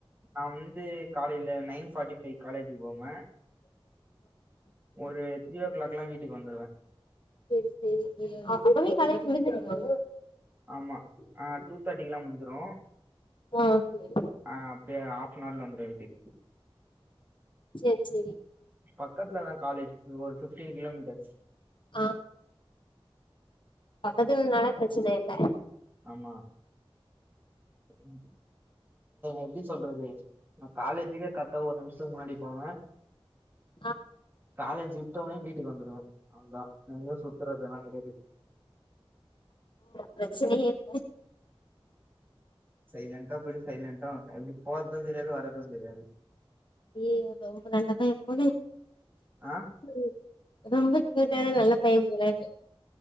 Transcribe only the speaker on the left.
சேரி அப்பவே காலேஜ் முடிஞ்சிடுமா
ஆ சேரி
சேரி சேரி
ஆ பக்கத்துனால பிரச்சன இல்ல
ஆ
பிரச்சனயே இல்ல
ஏ ரொம்ப நல்லப் பையன் போல
ம் ரொம்ப ஸ்மூத்தான நல்ல பையன் போலனே